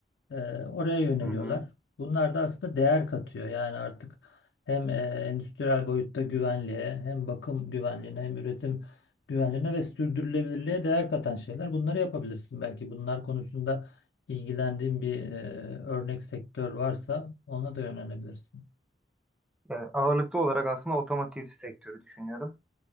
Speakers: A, on the left (about 80°); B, in the centre.
A: E, oraya yöneliyorlar.
B: Hı hı.
A: Bunlar da aslında değer katıyor. Yani artık hem e, endüstriyel boyutta güvenliğe, hem bakım güvenliğine, hem üretim güvenliğine ve sürdürülebilirliğe değer katan şeyler. Bunları yapabilirsin belki. Bunlar konusunda ilgilendiğin bir e, örnek sektör varsa ona da yönelebilirsin.
B: Yani ağırlıklı olarak aslında otomotiv sektörü düşünüyorum.